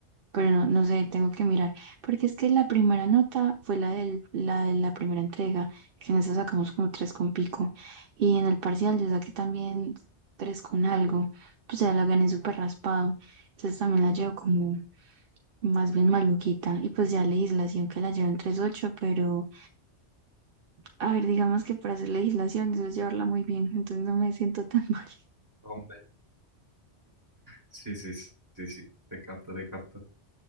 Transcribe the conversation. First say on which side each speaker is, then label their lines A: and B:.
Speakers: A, on the right; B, on the right.
A: pero no, no sé, tengo que mirar, porque es que la primera nota fue la del, la de la primera entrega, que en esa sacamos como tres con pico, y en el parcial yo saqué también tres con algo, pues ya la gané súper raspado, entonces también la llevo como más bien maluquita, y pues ya legislación que la llevo en tres ocho pero a ver, digamos que para hacer legislación eso es llevarla muy bien, entonces no me siento tan <laughs> mal.
B: Hombre. Sí, sí, sí, sí, sí, te capto, te capto.